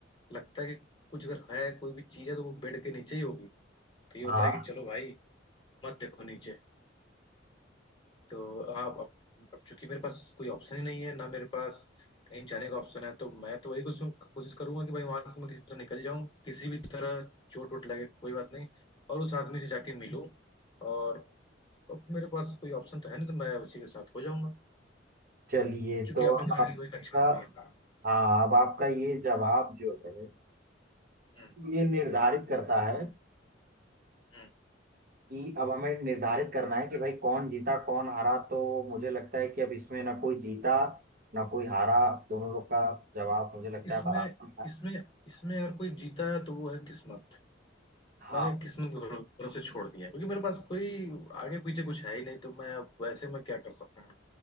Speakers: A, on the left; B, on the right.
A: लगता है कि कुछ अगर है कोई भी चीज है तो वो बेड के नीचे ही होगी तो ये होता
B: हाँ
A: है कि चलो भाई मत देखो नीचे तो हाँ अब अब चूंकि मेरे पास कोई ऑप्शन ही नहीं है ना मेरे पास कहीं जाने का ऑप्शन है तो मैं तो वही कुछ कोशिश करूंगा कि भाई वहां से मैं किसी तरह निकल जाऊं किसी भी तरह चोट वोट लगे कोई बात नहीं और उस आदमी से जाके मिलूं और अब मेरे पास कोई ऑप्शन तो है नहीं तो मैं उसी के साथ हो जाऊंगा
B: चलिए
A: क्योंकि
B: तो
A: आपने
B: अब
A: कहा
B: आपका
A: कि वो एक अच्छा आदमी है
B: हाँ अब आपका ये जवाब जो है
A: हम्म
B: ये निर्धारित करता है
A: हम्म
B: कि अब हमें निर्धारित करना है कि भाई कौन जीता कौन हारा तो मुझे लगता है कि अब इसमें ना कोई जीता ना कोई हारा दोनों लोग का जवाब मुझे लगता
A: इसमें
B: है बराबर है
A: इसमें इसमें अगर कोई जीता है तो वो है किस्मत
B: हाँ
A: मैंने किस्मत के भरो- भरोसे छोड़ दिया है, क्योंकि मेरे पास कोई आगे पीछे कुछ है ही नहीं तो मैं अब वैसे मैं क्या कर सकता हूँ